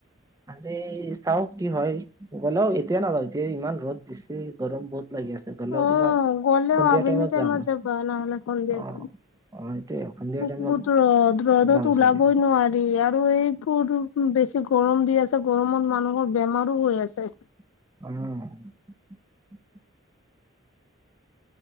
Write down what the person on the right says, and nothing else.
আজি চাওঁ কি হয় গ'লেও এতিয়া নাযাওঁ এতিয়া ইমান ৰ'দ দিছে গৰম বহুত লাগি আছে গ'লেও
তোমাৰ
সন্ধিয়া
যাম
অ'।
অ', সেইটোয়ে সন্ধিয়া টাইমত
যাম
চাগে
উম